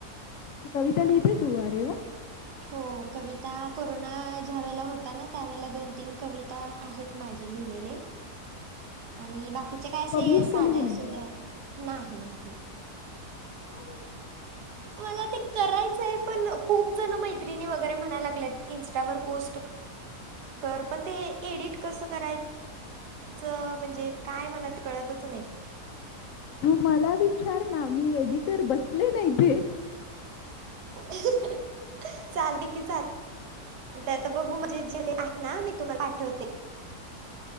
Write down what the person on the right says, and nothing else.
हो, कविता, कोरोना ज्या वेळेला होता ना. त्यावेळेला दोन - तीन कविता आहेत माझे लिहिलेले. आणि बाकीचे काय असे,
साधे
सुध्या नाही - नाही.
मला ते करायचंय पणं खूप जण मैत्रिणी वगैरे, म्हणायला लागल्यात इन्स्टावर पोस्ट कर, पण ते एडिट कसं करायचं. चं म्हणजे, काय मला कळतच नाही.
<inaudible> चालतंय की, चालतंय आता बघू, मी तुम्हाला पाठवते.